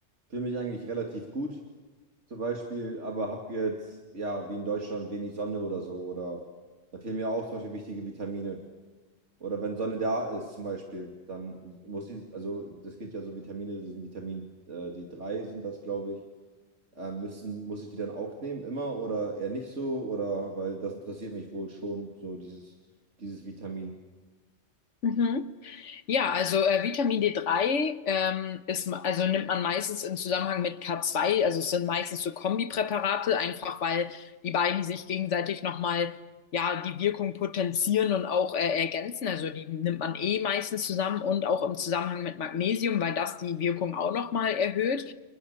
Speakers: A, on the right; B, on the left.
A: fühle mich eigentlich relativ gut. zum Beispiel, aber habe jetzt, ja, wie in Deutschland, wenig Sonne oder so. Oder da fehlen mir auch zum Beispiel wichtige Vitamine. Oder wenn Sonne da ist, zum Beispiel, dann muss ich, also das geht ja so Vitamine, das sind Vitamin, äh, die drei sind das, glaube ich. Äh, müssen, muss ich die dann auch nehmen, immer oder eher nicht so? Oder weil das interessiert mich wohl schon, so dieses, dieses Vitamin.
B: Mhm. Ja, also äh, Vitamin D3 ähm, ist, ma- also nimmt man meistens im Zusammenhang mit K2, also es sind meistens so Kombipräparate, einfach weil die beiden sich gegenseitig nochmal ja, die Wirkung potenzieren und auch äh, ergänzen. Also die nimmt man eh meistens zusammen und auch im Zusammenhang mit Magnesium, weil das die Wirkung auch nochmal erhöht.